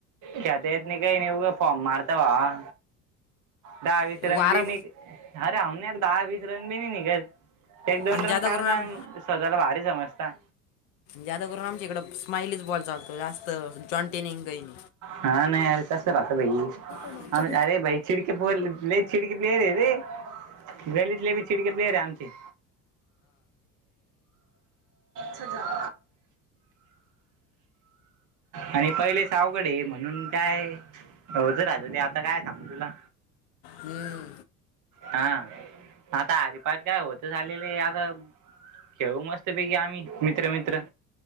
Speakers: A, on the right; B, on the left.
A: खेळता येत नाही काय नाही उगा फॉम मारता भावा. दहा-वीस
B: ते
A: रन
B: वारा
A: बी निघ अरे हव ना यार दहा, वीस रन बी नाही निघत. ते एक, दोन
B: आणि ज्यादा
A: रन काढता.
B: करून आम
A: अन स्वताला भारी समजता.
B: जादा करून आमच्या इकडं स्माइलीच बॉल चालता जास्त जॉनटिनींगयीन.
A: हा ना यार तस राहतं भई
B: माझ्या
A: आम अरे भाई चिडके पोर लय चिडकी प्लेयर रे, गलितले बी चिडके प्लेयर आहे आम ते. <unintelligible> च्छ जा. <inaudible> आणि पयलेच आवगड ये म्हणून काय ओझ राहत ते आता काय सांगू तुला.
B: हम्म.
A: हा आता हरिपाट काय होतच आलेले आहे आता ठेवु मस्त मस्त पैकी आम्ही मित्र, मित्र